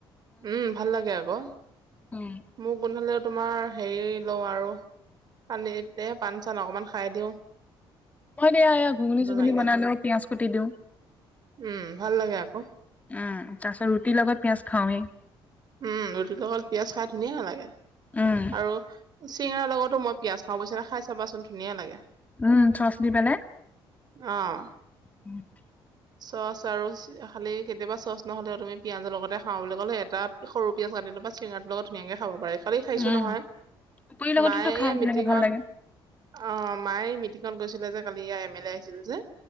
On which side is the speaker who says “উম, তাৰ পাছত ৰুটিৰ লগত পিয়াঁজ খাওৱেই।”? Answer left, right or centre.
Left